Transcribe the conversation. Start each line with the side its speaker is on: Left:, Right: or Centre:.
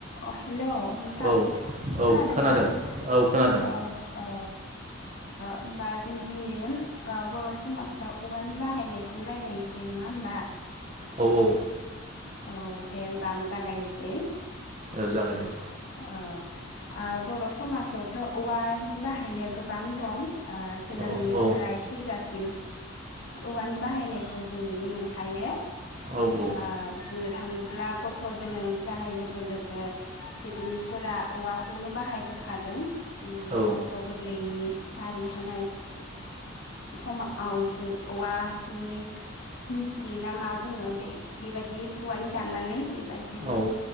Left: अ हेलौ नोंथां
Right: औ औ
Left: खोनादों ना
Right: औ खोनादों
Left: अ अ ओ होनब जों दिनै बर' ओ समाजाव औवानि बाहायनायखौनो रायज्लायनोसै नङा होमबा
Right: औ औ
Left: औ दे होमबा आं जागायनोसै
Right: औ जागायदो
Left: औ ओ बर' समाजावथ औवानि बाहायनाया गोबां दं ओ जोनोमनिफ्राय
Right: औ औ
Left: थैजासिम औवानि बाहायनायखौ जों नुनो मोनखायो
Right: औ औ
Left: ओ बुंनो थाङोब्ला गथ' जोनोम जानाय लोगो लोगो गोदोनिफोरा औवाखौनो बाहायबोखादों उम
Right: औ
Left: गथ' गोरलैनि नारि हानाय समाव जों औवानि निसनि ना मा बुङो बे बेबायदि औवानि दाननानै <unintelligible>
Right: औ